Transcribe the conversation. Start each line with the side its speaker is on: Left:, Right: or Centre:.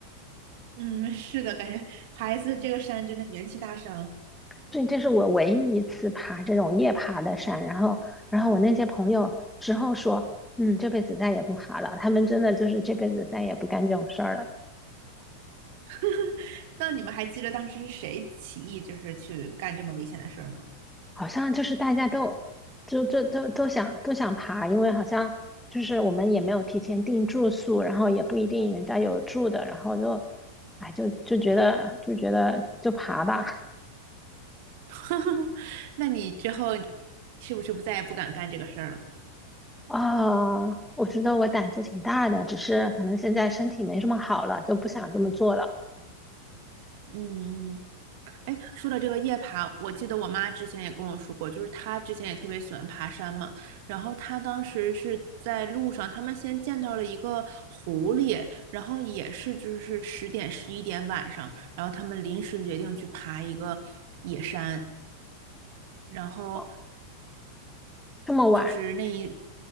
Right: 嗯，是的，感觉爬一次这个山真的元气大伤。
Centre: 对，这是我唯一一次爬这种夜爬的山，然后，然后我那些朋友之后说，嗯，这辈子再也不爬了。他们真的就是这辈子再也不干这种事儿了。
Right: <laughs> 那你们还记得当时是谁起义，就是去干这么危险的事儿吗？
Centre: 好像就是大家都，就就都都想都想爬，因为好像就是我们也没有提前订住宿，然后也不一定人家有住的，然后就，哎，就就觉得就觉得就爬吧。
Right: <laughs> 那你之后是不是不再也不敢干这个事儿了？
Centre: 啊，我觉得我胆子挺大的，只是可能现在身体没这么好了，就不想这么做了。
Right: 嗯，哎，说到这个夜爬，我记得我妈之前也跟我说过，就是她之前也特别喜欢爬山嘛。然后她当时是在路上，他们先见到了一个狐狸，然后也是就是十点十一点晚上，然后他们临时决定去爬一个野山，然后
Centre: 哦，这么晚。
Right: 就是那一，